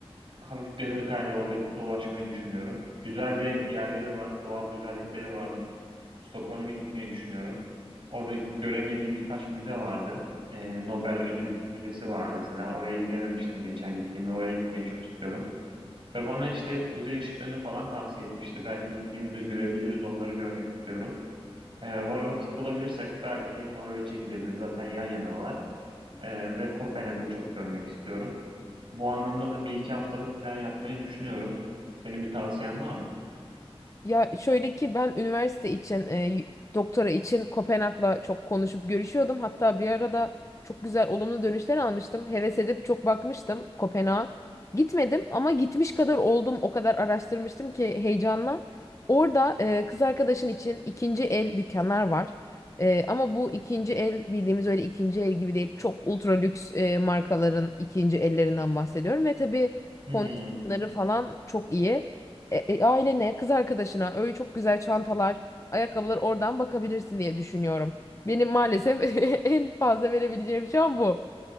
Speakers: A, on the right; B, on the left.
A: Hafif bir hırkayla orada dolaşmayı düşünüyorum. Güzel de yerleri var, doğal güzellikleri var Stockholm'e gitmeyi düşünüyorum. Orada göremediğim birkaç müze vardı. Ee, Nobel Ödül Müzesi var mesela. Oraya gidememiştim geçen gittiğimde. Oraya gitmeyi çok istiyorum. Ve bana işte kuzey ışıklarını falan tavsiye etmişti. Belki gittiğimizde görebiliriz. Onları görmek istiyorum. Ee, va- vakit bulabilirsek belki Norveç'e gidebiliriz. Zaten yan yanalar. Ee, ve Kopenhag'ı çok görmek istiyorum. Bu anlamda da bir iki haftalık plan yapmayı düşünüyorum. Senin bir tavsiyen var mı?
B: Ya şöyle ki ben üniversite için e, y- doktora için Kopenhag'la çok konuşup görüşüyordum. Hatta bir arada çok güzel olumlu dönüşler almıştım. Heves edip çok bakmıştım Kopenhag'a. Gitmedim ama gitmiş kadar oldum. O kadar araştırmıştım ki heyecanla. Orada e, kız arkadaşın için ikinci el dükkanlar var. E, ama bu ikinci el bildiğimiz öyle ikinci el gibi değil. Çok ultra lüks e, markaların ikinci ellerinden bahsediyorum. Ve tabii
A: Hmm.
B: kondisyonları falan çok iyi e, e, ailene, kız arkadaşına öyle çok güzel çantalar, ayakkabılar oradan bakabilirsin diye düşünüyorum. Benim maalesef <laughs> en fazla verebileceğim şu an bu.